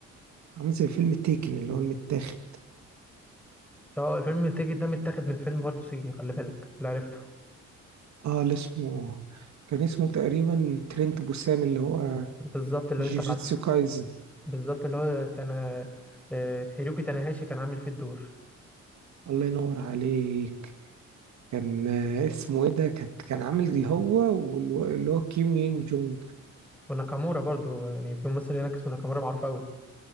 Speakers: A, on the right; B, in the centre.
A: عامل زي فيلم تيكن اللي هو المتاخد
B: هو الفيلم التيكت ده متاخد من فيلم برضه صيني خلي بالك اللي عرفته
A: اه اللي اسمه كان اسمه تقريبا ترينت بوسان اللي هو
B: بالظبط اللي
A: جيجيتسو
B: انت بعت
A: كايزن
B: بالظبط اللي هو تانا اه، هيروكي تاناهاشي كان عامل فيه الدور
A: الله ينور عليك كان آه، اسمه ايه ده كانت كان عامل اللي هو والو- اللي هو كيم يونج جونج
B: وناكامورا برضه يعني في ممثل هناك اسمه ناكامورا معروف قوي